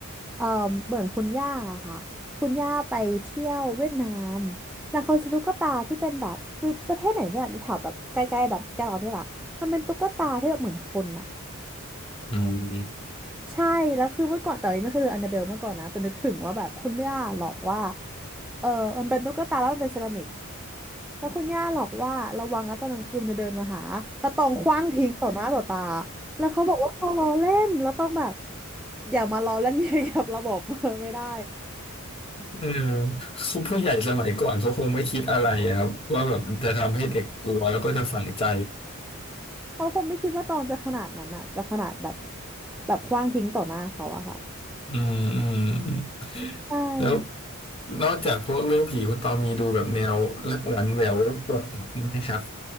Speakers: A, in the centre; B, on the left.
A: เอ่อเหมือนคุณย่าอะค่ะคุณย่าไปเที่ยวเวียดนามแล้วเขาซื้อตุ๊กตาที่เป็นแบบคือประเทศไหนไม่รู้อะแถวแบบใกล้ๆแบบแกเราเนี่ยแหละมันเป็นตุ๊กตาที่แบบเหมือนคนอะ
B: อืม
A: ใช่แล้วคือเมื่อก่อนแต่ไม่เคยเจออันนาเบลเมื่อก่อนนะแต่นึกถึงว่าแบบคุณย่าหลอกว่าเออมันเป็นตุ๊กตาแล้วมันเป็นเซรามิกแล้วคุณย่าหลอกว่าระวังนะตอนกลางคืนมันจะเดินมาหาแล้วตองขว้างทิ้งต่อหน้าต่อตาแล้วเขาบอกว่าเขาล้อเล่นแล้วต้องแบบอย่ามาล้อเล่น <laughs> อย่างกับระบบ <laughs> เออไม่ได้ <laughs>
B: เออผู้ใหญ่สมัยก่อนเขาคงไม่คิดอะไรอะครับว่าแบบจะทำให้เด็กกลัวแล้วก็จะฝังใจ
A: เขาคงไม่คิดว่าตองจะขนาดนั้นอะจะขนาดแบบแบบขว้างทิ้งต่อหน้าเขาอะค่ะ
B: อืมอืมอืม
A: ใช่
B: แล้วนอกจากพวกเรื่องผีคุณตองมีดูแบบแนวรักหวานแหววปวดตับไหมครับ